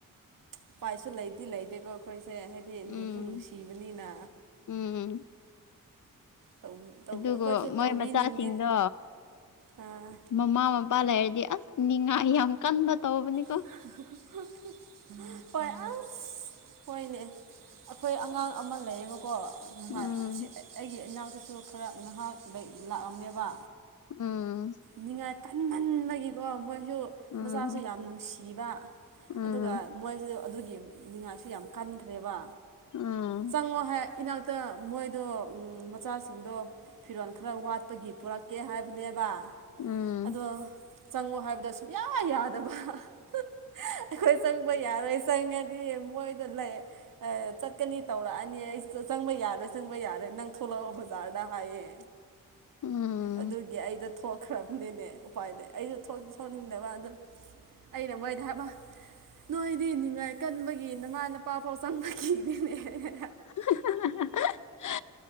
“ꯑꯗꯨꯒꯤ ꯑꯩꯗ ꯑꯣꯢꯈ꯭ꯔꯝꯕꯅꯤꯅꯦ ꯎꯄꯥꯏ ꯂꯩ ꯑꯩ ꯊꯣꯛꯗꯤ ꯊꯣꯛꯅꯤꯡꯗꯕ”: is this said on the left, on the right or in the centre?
Right